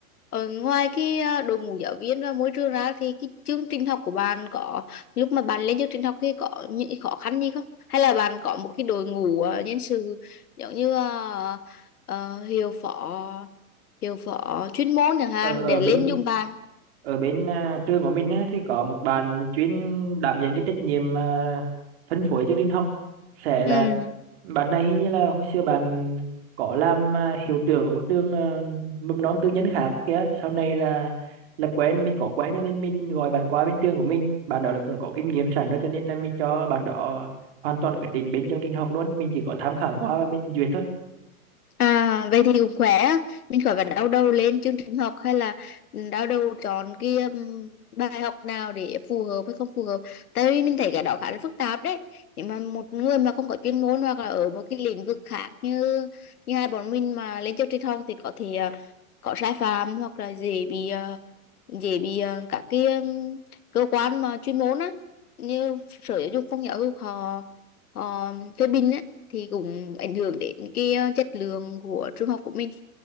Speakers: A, on the left; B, on the right.
A: ờ, ngoài cái uh, đội ngũ giáo viên và môi trường ra thì cái chương trình học của bạn có lúc mà bạn lên chương trình học thì có những cái khó khăn gì không hay là bạn có một cái đội ngũ uh, nhân sự giống như uh, ờ, hiệu phó hiệu phó chuyên môn chẳng hạn
B: ở, ở
A: để
B: bên
A: lên dùng bạn
B: ở bên à, trường của mình á, thì có một bạn chuyên đảm nhận cái trách nhiệm à, phân phối cho Linh học sẽ là
A: ừ
B: bạn này hình như là hồi xưa bạn có làm à, hiệu trưởng ở một trường à, mầm non tư nhân khác kìa sau này là làm quen mình có quen cho nên mình gọi bạn qua bên trường của mình bạn đó là cũng có kinh nghiệm sẵn rồi cho nên là mình cho bạn đó hoàn toàn quyết định bên chương trình học luôn mình chỉ có tham khảo qua và mình duyệt thôi
A: À, vậy thì cũng khỏe á. mình khỏi phải đau đầu lên chương trình học hay là đau đầu chọn cái um, bài học nào để phù hợp hay không phù hợp tại vì mình thấy cái đó khá là phức tạp đấy Nhưng mà một người mà không có chuyên môn hoặc là ở một cái lĩnh vực khác như như hai bọn mình mà lên chương trình học thì có thể à, có sai phạm hoặc là dễ bị à, dễ bị à, các cái um, cơ quan mà chuyên môn á như sở giáo dục phong giáo dục họ họ phê bình á thì cũng ảnh hưởng đến cái ờ, chất lượng của trường học của mình